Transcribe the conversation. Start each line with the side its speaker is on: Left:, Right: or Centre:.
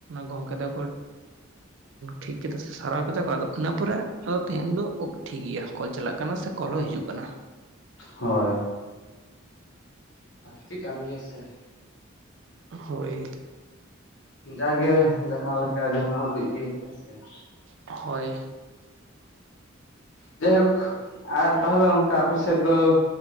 Right: ᱜᱚᱢᱠᱮ ᱛᱟᱠᱚ ᱴᱷᱤᱠ ᱠᱮᱫᱟ ᱥᱮ ᱥᱟᱨᱟᱣ ᱠᱮᱫᱛᱟ ᱠᱚ ᱟᱫᱚ ᱤᱱᱟᱹ ᱯᱚᱨᱮ᱾ ᱟᱫᱚ ᱛᱮᱦᱮᱧ ᱫᱚ ᱳᱜ ᱴᱷᱤᱠ ᱜᱮᱭᱟ ᱠᱚᱞ ᱪᱟᱞᱟᱜ ᱠᱟᱱᱟ ᱥᱮ ᱠᱚᱞ ᱦᱚᱸ ᱦᱤᱡᱩᱜ ᱠᱟᱱᱟ᱾
Left: ᱦᱚᱭ᱾ ᱞᱟᱹᱠᱛᱤ ᱠᱟᱱ ᱜᱮᱭᱟ ᱥᱮ ᱾
Right: ᱦᱳᱭ ᱾
Left: ᱡᱟᱜᱮ ᱡᱟᱦᱟᱸ ᱞᱮᱠᱟ ᱡᱟᱦᱟᱸ ᱩᱰᱩᱡ ᱜᱮ ᱦᱮᱸᱥᱮ ᱾
Right: ᱦᱳᱭ
Left: ᱡᱟᱭᱦᱳᱠ ᱟᱨ ᱛᱟᱦᱚᱞᱮ ᱚᱱᱠᱟ ᱟᱯᱮ ᱥᱮᱫ ᱫᱚ